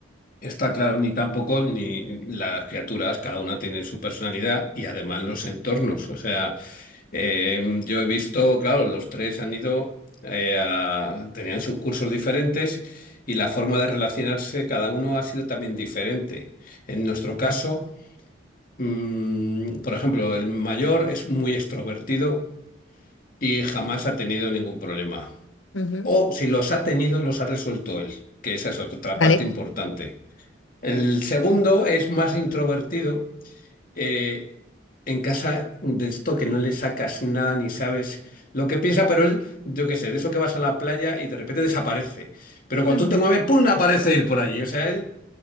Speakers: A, on the left; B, on the left.
A: Está claro, ni tampoco ni las criaturas, cada una tiene su personalidad y además los entornos. O sea, eh, yo he visto, claro, los tres han ido, eh, a- tenían sus cursos diferentes y la forma de relacionarse cada uno ha sido también diferente. En nuestro caso, mm, por ejemplo, el mayor es muy extrovertido y jamás ha tenido ningún problema.
B: Ujú,
A: O si los ha tenido, los ha resuelto él, que esa es otra
B: ¿Vale?
A: parte importante. El segundo es más introvertido. eh, en casa de esto que no le sacas nada ni sabes lo que piensa, pero él, yo qué sé, de eso que vas a la playa y de repente desaparece. Pero cuando
B: Ujú.
A: tú te mueves, ¡pum! aparece él por allí. O sea, él